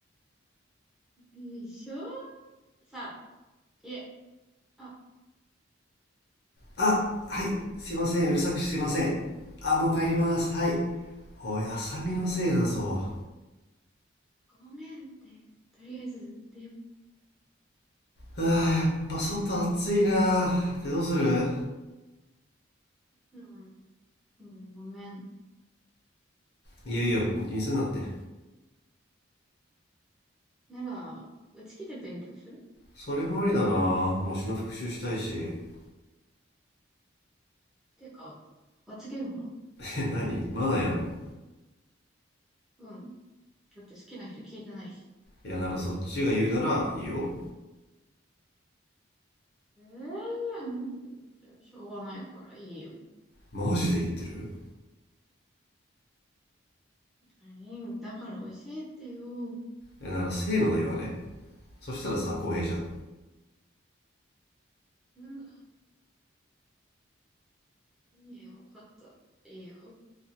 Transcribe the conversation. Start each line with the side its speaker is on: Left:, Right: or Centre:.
Centre: でしょさあ、いえ、あ、
Left: あ、はい、すいません、うるさくしてすいません。あ、もう帰ります、はい。おい、浅見のせいだぞ。
Centre: ごめんって、とりあえず、でよ、
Left: ああ、やっぱ外暑いなぁで、どうする
Centre: うん、うん、ごめん。
Left: いいよいいよ、もう気にすんなって。
Centre: なら、うち来て勉強する
Left: それもありだなぁ模試の復習したいし。<laughs>
Centre: てか、罰ゲームは
Left: え、何まだやんの
Centre: うん。だって好きな人聞いてないし。
Left: いや、ならそっちが言うならいいよ。
Centre: ええー、じゃあしょうがないからいいよ。
Left: マジで言ってる
Centre: はいだから教えてよ。
Left: いやならせーので言わね。そしたらさ、公平じゃん。
Centre: うん。いいよ、わかった。いいよ。